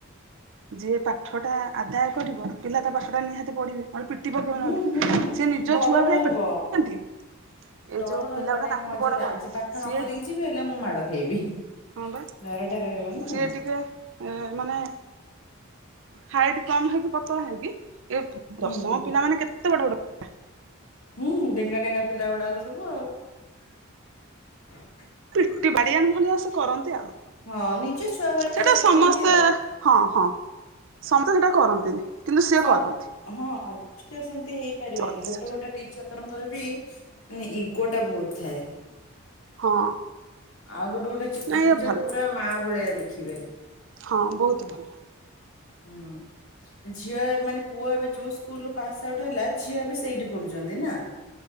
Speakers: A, on the right; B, on the left.
A: ଯିଏ ପାଠଟା ଆଦାୟ କରିବ ପିଲା ତା ପାଠଟା ନିହାତି ପଢ଼ିବେ ଆରେ ପ୍ରୀତି ପକେଇବା
B: ହୁଁ
A: ନହଲେ
B: ହୁଁ
A: ସେ ନିଜ
B: ଡର
A: ଛୁଆ
B: ରହିବ।
A: ଭଳିଆନ ପିଟନ୍ତି। ଏ
B: ଡର
A: ଯୋଉ
B: ରହିବ
A: ପିଲା ଗୁଡା
B: ନାଇଁ
A: ତାଙ୍କଠୁ
B: ମୁଁ ଆଜି
A: ବଡ ବଡ
B: ଆଜି ପାଠ
A: ସିଏ
B: ନ କରିକି ଯିବି ହେଲେ ମୁଁ ମାଡ ଖାଇବି।
A: ହଁ ବା
B: ଡରଟା ରହିବ ନା
A: ସିଏ ଟିକେ ମାନେ ହାଇଟ କମ ହେଇକି ପତଳା ହେଇକି ଏ
B: ହୁଁ
A: ଦଶମ
B: ହୁଁ
A: ପିଲା ମାନେ କେତେ ତେ ବଡ଼ ବଡ଼
B: ହୁଁ ଡେଙ୍ଗା ଡେଙ୍ଗା ପିଲା ଗୁଡାକ ସବୁ ଆଉ।
A: ପିଟି ବାଡି ଆଣି ଭଳିଆ ସେକରନ୍ତି ଆଉ।
B: ହଁ ନିଜ ଛୁଆ ଭଳିଆ
A: ସେଟା
B: ଦେଖନ୍ତି
A: ସମସ୍ତେ
B: ଆଉ
A: ହଁ ହଁ। ସମତେ ସେଇଟା କରନ୍ତିନି। କିନ୍ତୁ ସିଏ
B: ସବ
A: କରନ୍ତି।
B: ହଁ ସେମତି ହେଇପାରିବନି
A: କରନ୍ତି
B: ଗୋଟେ
A: ସେଠି
B: ଗୋଟେ ଟିଚରଙ୍କର ବି ମାନେ ଇଗୋ ଟା ବହୁତ ଥାଏ।
A: ହଁ।
B: ଆଉ ଗୋଟେ ଗୋଟେ ଚି
A: ନାଇଁ
B: ଟିଚର
A: ଏ ଭଲ
B: ପୁରା ମା ଭଳିଆ ଦେଖିବେ।
A: ହଁ ବହୁତ ଭଲ।
B: ହୁଁ ଝିଅ ମାନେ ପୁଅ ଏବେ ଯୋଉ ସ୍କୁଲୁ ପାସ୍ ଆଉଟ୍ ହେଲା ଝିଅ ଏବେ ସେଇଠି ପ ଢୁଛନ୍ତି ନା।